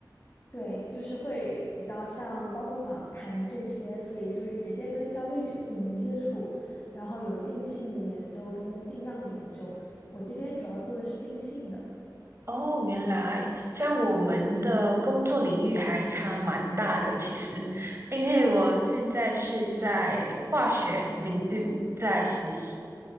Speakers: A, on the left; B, on the right.
A: 对，就是会比较像包括访谈这些，所以就是直接跟消费者进行接触，然后有定性的研究跟定量的研究。我这边主要做的是定性的。
B: 哦，原来像我们的工作领域还差蛮大的，其实。<laughs> 因为我现在是在化学领域在实习。
A: 诶，